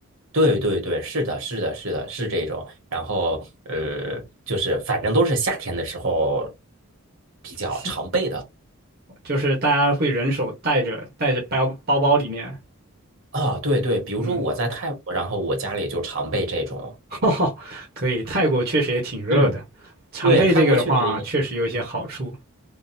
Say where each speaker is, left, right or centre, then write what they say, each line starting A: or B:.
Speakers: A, on the right; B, on the right.
A: 对对对对，是的，是的，是的，是这种。然后呃，就是反正都是夏天的时候比较常备的
B: 现就是大家会人手带着带着包包包里面，
A: 啊。对对，比如说我在泰国，
B: 嗯，
A: 然后我家里就常备这种。
B: <laughs> 哈，可以。泰国确实也挺热的，
A: 嗯，
B: 常备这个的话，
A: 对，泰国确实也，
B: 确实有一些好处。